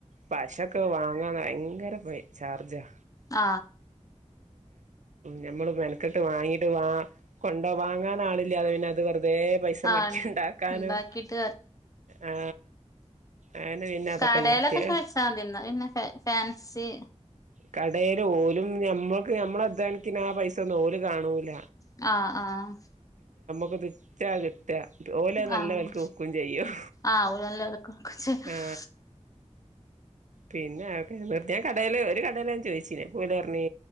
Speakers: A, on the right; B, on the left.
A: പശൊക്കെ വാങ്ങാൻ ഭയങ്കര ചാർജാ
B: ആ
A: ഞമ്മള് മെന വാങ്ങീട്ട് വാ കൊണ്ടുവാങ്ങാൻ ആളില്ലാത് പിന്നെ അത് അതേ പൈസ മുടക്കിണ്ടാക്കാനും
B: ആഹ് ഇണ്ടാക്കിട്ട്
A: ആ അങ്ങനെ പിന്നെ അതൊക്കെ
B: കടലൊക്കെ
A: നിർത്തിയ
B: ചോദിച്ചാതിന്ന് പിന്നെ ഫാൻസി
A: കടേല്ല് ഓലും ഞമ്മൾക്ക് നമ്മളതാണിക്ക് ഞാൻ പൈസ ഒന്നും ഓല് കാണൂല
B: ആ ആ
A: <unintelligible> ഓല് നല്ല
B: ആഹ്
A: വൽക്ക്കൊക്കും ചെയ്യും
B: ആഹ് ഓല് നല്ല വെലക്കൊടുക്കും ചെയ്യും
A: ആ പിന്നെ ഓക്കെ നീർത്തി ഞാൻ കടല്ല് ഒരു കടയില് ഞാൻ ചോയിച്ചെന്ന് പൂല പറഞ്ഞ്